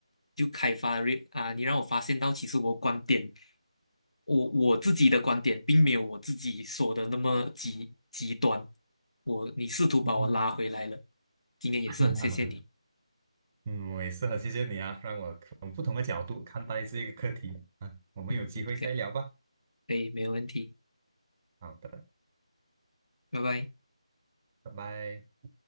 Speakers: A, on the left; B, on the right.
A: 就开发了啊，你让我发现到其实我观点，我我自己的观点并没有我自己说的那么极极端，我你试图把我拉回来了，
B: 嗯
A: 今天也是很谢谢你，
B: <laughs>。嗯，我也是很谢谢你啊，让我从不同的角度看待这个课题。啊。我们有机会再聊吧。
A: 嗯嗯，对，可以，没有问题，
B: 好的，
A: 拜拜。
B: 拜拜。